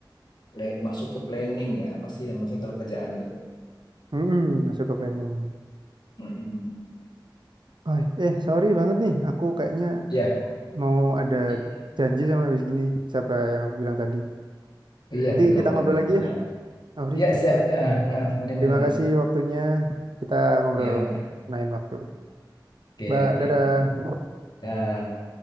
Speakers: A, on the left; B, on the right.
A: pla- masuk ke planning ya apa sih yang maksudnya kalau kerjaan tuh
B: Mm-mm, masuk ke planning.
A: Mm-mm.
B: Oh, eh sorry banget nih, aku kayaknya
A: ya
B: mau ada
A: i-
B: janji sama habis gini siapa yang aku bilang tadi.
A: iya
B: Nanti
A: Vigo
B: kita
A: boleh
B: ngobrol
A: boleh
B: lagi ya,
A: ya,
B: Afri.
A: Ya, siap ya ah, ah, ah. mari
B: Terima
A: mari mari
B: kasih waktunya. Kita ngobrol
A: ya Ma.
B: lain waktu.
A: oke
B: Mbak,
A: ya iya
B: dadah.
A: Vigo Dah.